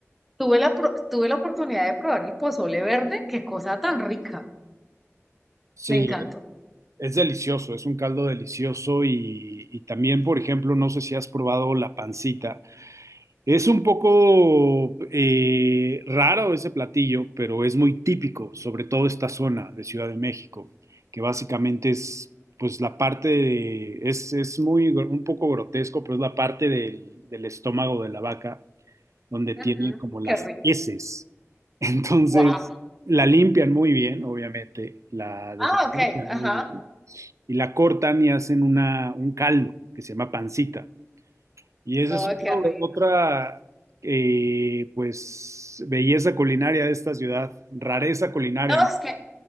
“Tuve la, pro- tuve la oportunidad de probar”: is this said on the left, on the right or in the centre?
Centre